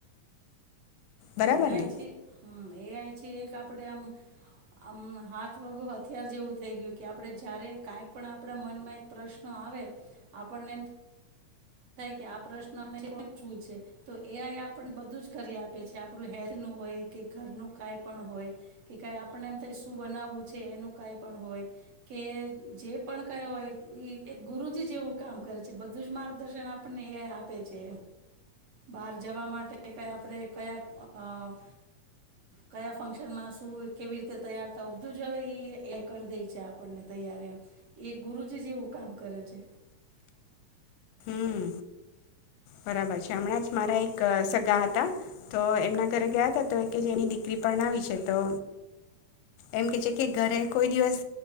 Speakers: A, on the left; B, on the right.
A: બરાબર
B: એઆઇ
A: ને
B: છે હમ્મ. એ આ એક આપણે આમ આમ હાથ વગું હથિયાર જેવું થઈ ગયું કે આપડે જયારે કાઈ પણ આપડા મનમાં એક પ્રશ્ન આવે આપણને એમ થ આ પ્રશ્નછું છે તો એ આપને બધું જ કરી આપે છે આપડું હેલ્થ નું હોય કે ઘરનું કઈ પણ હોય કે ક આપણે એમ થાય શું બનાવવું છે એનું કઈ પણ હોય કે જે પણ કઈ હોય એક ગુરુજી જેવું કામ કરે છે બધું જ મા ગદર્શન આપણને એ આપે છે બહાર જવા માટે ક આપણે કયા કયા ફંક્શનમાં શું કેવી રીતે તૈયાર થ અધું જ હવે એ કરી દે છે આપણને તૈયાર એક ગુરુજી જેવું કામ કરે છે.
A: હમ બરાબર છે. હમણાં જ મારા એક સગા હતા તો એમના ઘરે ગયા ત તો કે જેની દીકરી પણ આવી છે તો એમ કે છે કે ઘરે કોઈ દિવસ